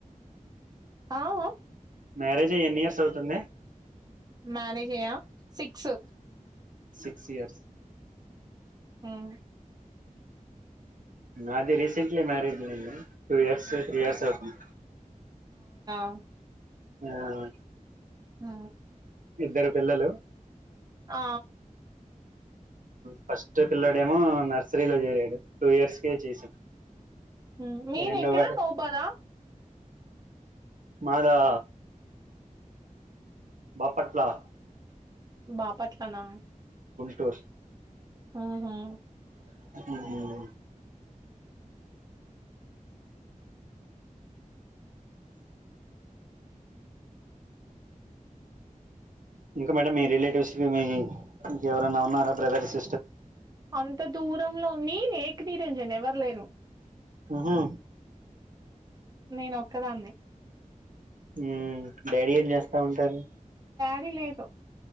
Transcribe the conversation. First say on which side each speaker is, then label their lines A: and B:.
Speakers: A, on the right; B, on the right.
A: ఆ ఆ
B: మ్యారేజ్ అయి ఎన్ని ఇయర్స్ అవుతుంది
A: మ్యారేజ్ అయ్య సిక్స్
B: సిక్స్ ఇయర్స్
A: మ్మ్
B: నాది రిసెంట్లీ మ్యారేజ్ అయింది madam two years three years అవుతుంది
A: అ
B: అవున్
A: ఆ
B: ఇద్దరు పిల్లలు
A: ఔ
B: ఫస్ట్ పిల్లోడేమో నర్సరీలో చేరాడు టూ ఇయర్స్ కే చేసాం
A: ఊ మీరు
B: రెండోవాడు
A: ఎక్కడ మొవ్ బాద్ ఆ
B: మాదా బాపట్ల
A: బాపట్ల నా
B: టూర్స్
A: ఆహా
B: <inaudible> ఇంకా మేడం మీ రిలేటివ్స్ కి మీ ఇంక ఎవరన్నా ఉన్నారా బ్రదర్స్
A: అంత దూరంలో నేనే ఏక్ నీరేంజన్ ఎవరు లేరు
B: ఆహా
A: నేను ఒక్కదాన్నే
B: హు డాడీ ఏం చేస్తా ఉంటారు.
A: డాడీ లేరు